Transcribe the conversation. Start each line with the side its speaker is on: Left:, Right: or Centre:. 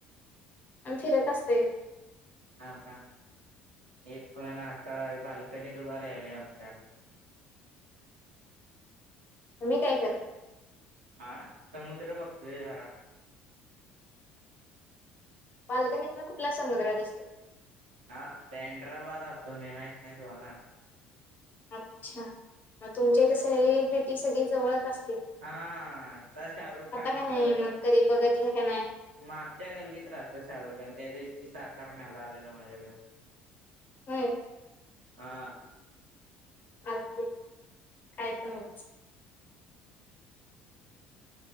Left: आ फिरत असते.
Right: हा का. एक पण आता बाल्कनीत उभं राहिलय आमच्यात.
Left: मी काय कर.
Right: हा समुद्र बघतोय जारा.
Left: पालकणीतून कुठला समुग्र दिसते.
Right: हा बँड्राला राहतो मी माहित नाही तुम्हाला.
Left: अच्छा तुमच्या इथ सेलिब्रिटी सगळी जवळच अस.
Right: हा तर शाहरुख खान इकडे.
Left: का नाही मग कधी बघितलं का नाही
Right: मागच्या गल्लीत राहतो शाहरुख खान त्या दिवशी साकार न्यायला आलेला माझ्याकडे
Left: हम्म
Right: हा
Left: अू काय पण